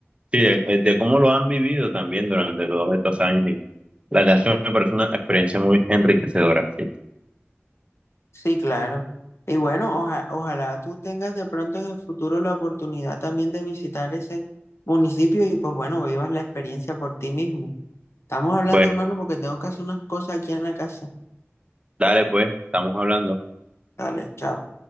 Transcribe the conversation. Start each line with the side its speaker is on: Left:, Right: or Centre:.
Right: sí, de, de cómo lo han vivido también durante todos estos años. Y la verdad es que me parece una experiencia muy enriquecedora, sí.
Left: Sí, claro. Y bueno, oja- ojalá tú tengas de pronto en el futuro la oportunidad también de visitar ese municipio y pues bueno, vivas la experiencia por ti mismo. Estamos hablando,
Right: Bueno,
Left: hermano, porque tengo que hacer unas cosas aquí en la casa.
Right: Dale, pues, estamos hablando.
Left: Dale, chao.